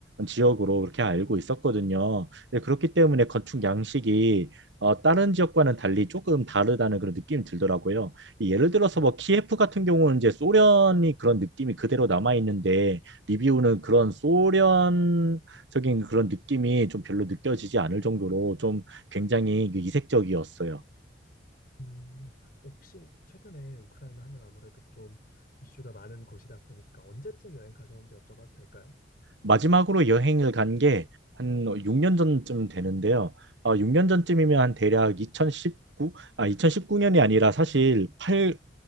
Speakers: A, on the right; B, on the left.
A: 지역으로 그렇게 알고 있었거든요. 네, 그렇기 때문에
B: 음,
A: 건축 양식이 어, 다른 지역과는 달리 조금 다르다는 그런 느낌이 들더라고요. 예를 들어서
B: 어,
A: 뭐 키예프 같은 경우는 이제 소련이 그런 느낌이 그대로 남아 있는데 리비우는 그런 소련적인 그런 느낌이 좀 별로 느껴지지 않을 정도로 좀 굉장히 그 이색적이었어요.
B: 음, 혹시 최근에 우크라이나 하면 아무래도 좀 이슈가 많은 곳이다 보니까 언제쯤 여행 가셨는지 여쭤봐도 될까요?
A: 마지막으로 여행을 간 게 한 6년 전쯤 되는데요. 어, 6년 전쯤이면 한 대략 2019, 아, 2019년이 아니라 사실 8,